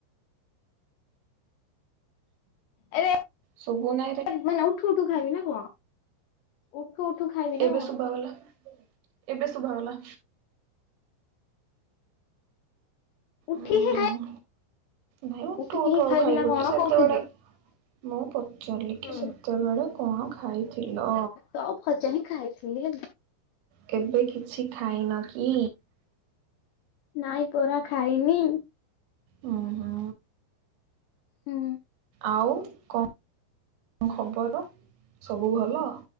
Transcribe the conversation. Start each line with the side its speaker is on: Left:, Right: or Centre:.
Left: ଏ
Right: ଶୁଭୁ ନାହିଁରେ
Left: ମାନେ ଉଠୁ ଉଠୁ ଖାଇବି ନା କଣ? ଉଠୁ ଉଠୁ ଖାଇବି ନା
Right: ଏବେ
Left: କଣ?
Right: ଶୁଭଗଲା ଏବେ ଶୁଭାଗଲା।
Left: ଉଠି
Right: ଉ
Left: ହିଁ
Right: ହୁଁ
Left: ଖାଇ
Right: ନାଇଁ ଉଠୁ
Left: ଉଠିକି
Right: ଉଠୁ
Left: ହିଁ
Right: ଆଉ
Left: ଖାଇବି
Right: ଖାଇବ
Left: ନା କଣ
Right: କି ସେତେବେଳେ
Left: କହୁଥିଲି।
Right: ମୁଁ ପଚାରିଲିକି
Left: ହୁଁ
Right: ସେତେବେଳେ କଣ ଖାଇଥିଲ?
Left: ତ ଭଜା ହିଁ ଖାଇଥିଲି ହେଲ
Right: କେବେ କିଛି ଖାଇନ କି?
Left: ନାଇଁ ପୋରା ଖାଇନି।
Right: ହୁଁ ହୁଁ।
Left: ହୁଁ।
Right: ଆଉ କଁ ଖବର ସବୁ ଭଲ?